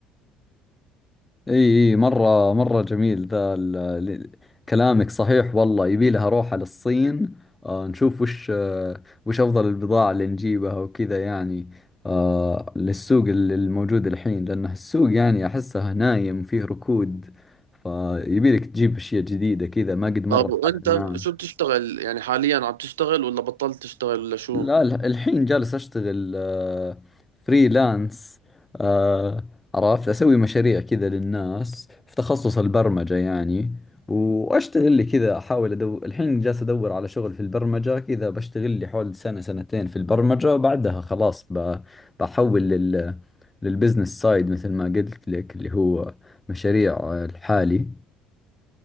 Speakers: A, on the left; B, on the right.
A: اي اي مرة مرة جميل ذا ال- ال- كلامك صحيح والله يبي لها اروح على الصين آه نشوف وش آه وش افضل البضاعة اللي نجيبها وكذا يعني آه للسوق ال- الموجود الحين لانه السوق يعني احسه نايم فيه ركود فيبي لك تجيب اشياء جديدة كذا ما قد مرت
B: طب وانت
A: على الناس
B: شو بتشتغل يعني حاليا عم تشتغل ولا بطلت تشتغل ولا شو
A: لا الح- الحين جالس أشتغل آه، فريلانس آه، عرفت أسوي مشاريع كذا للناس في تخصص البرمجة يعني وأشتغل لي كذا أحاول أدور الحين جالس أدور على شغل في البرمجة كذا بشتغل لي حول سنة سنتين في البرمجة بعدها خلاص ب... بحول لل... للبزنس سايد مثل ما قلت لك اللي هو مشاريع آه، الحالي